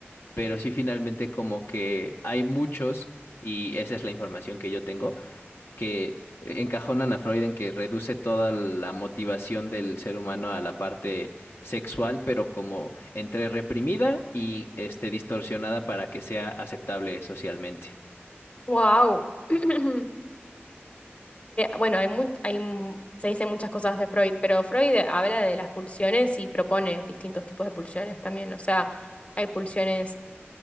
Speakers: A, on the left; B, on the left.
A: pero sí finalmente como que hay muchos, y esa es la información que yo tengo que encajonan a Freud en que reduce toda la motivación del ser humano a la parte sexual, pero como entre reprimida y este distorsionada para que sea aceptable socialmente.
B: Wow. <clears throat> bueno, hay mu- hay, mu- se dicen muchas cosas de Freud, pero Freud habla de las pulsiones y propone distintos tipos de pulsiones también. O sea, hay pulsiones